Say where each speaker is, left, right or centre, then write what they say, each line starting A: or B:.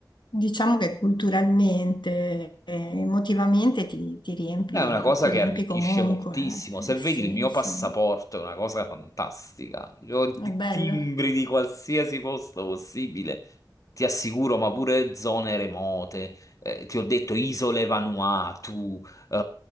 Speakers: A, on the left; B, on the left.
A: diciamo che culturalmente, eh, emotivamente ti, ti riempi,
B: È una cosa
A: ti
B: che
A: riempi
B: arricchisce
A: comunque,
B: moltissimo. Se
A: eh,
B: vedi
A: sì,
B: il mio
A: sì,
B: passaporto, è una cosa fantastica. Io Ho di
A: è bello.
B: timbri di qualsiasi posto possibile, ti assicuro, ma pure zone remote. Eh, ti ho detto isole Vanuatu, eh,